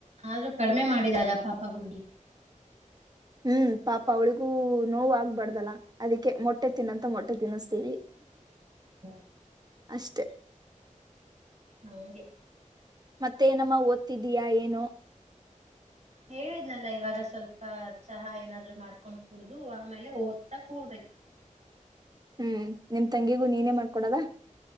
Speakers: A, on the right; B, on the right.
A: ಆದ್ರೂ ಕಡಿಮೆ ಮಾಡಿದಲ್ಲ ಪಾಪ ಹುಡ್ಗಿ
B: ಹ್ಮ್ ಪಾಪ ಅವಳಿಗೂ ನೋವು ಆಗ್ಬಾರ್ದಲ್ಲ ಅದಿಕ್ಕೆ ಮೊಟ್ಟೆ ತಿನ್ನಂತ ಮೊಟ್ಟೆ ತಿನ್ನಸ್ತೀವಿ
A: ಹ್ಮ
B: ಅಷ್ಟೇ
A: ಹಗೆ
B: ಮತ್ತೇನಮ್ಮ ಓದ್ತಿದ್ದೀಯಾ ಏನೋ
A: ಹೇಳಿದ್ನಲ್ಲ ಇವಾಗ ಸ್ವಲ್ಪ ಚಹಾ ಏನಾದ್ರು ಮಾಡ್ಕೊಂಡ್ ಕುೂಡ್ದು ಆಮೇಲೆ ಓದ್ತಾ ಕೂಡ್ಬೇಕು
B: ಹ್ಮ್ ನಿಮ್ ತಂಗಿಗೂ ನೀನೇ ಮಾಡ್ಕೊಡದ